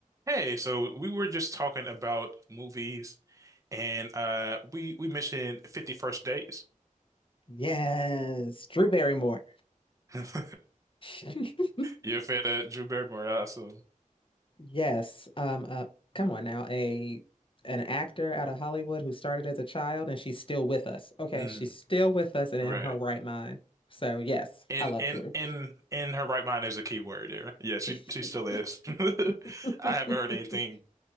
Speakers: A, on the right; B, on the left.
A: Hey, so we were just talking about movies, and uh, we we mentioned Fifty First Dates.
B: Yes, Drew Barrymore.
A: <laughs>
B: <laughs>
A: You're a fan of Drew Barrymore, I assume.
B: Yes. Um, uh, come on now, a an actor out of Hollywood who started as a child and she's still with us. Okay,
A: Mm,
B: she's still with us and
A: right.
B: in her right mind. So yes,
A: And
B: I love
A: and
B: Drew.
A: in in her right mind is a key word there. Yeah, she
B: <laughs>
A: she still is. <laughs> I haven't heard anything